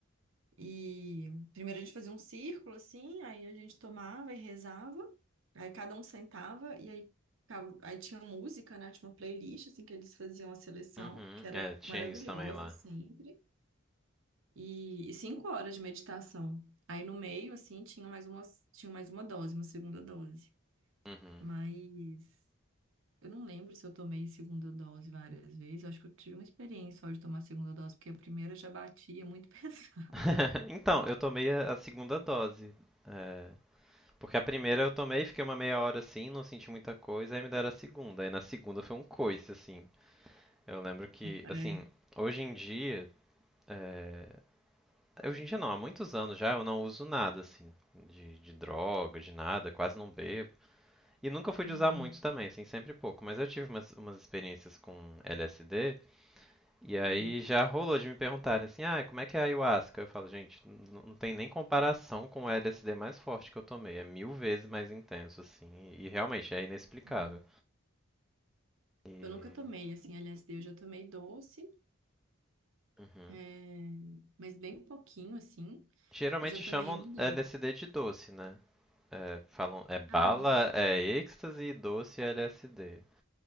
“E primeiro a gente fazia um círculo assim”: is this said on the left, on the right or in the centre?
Right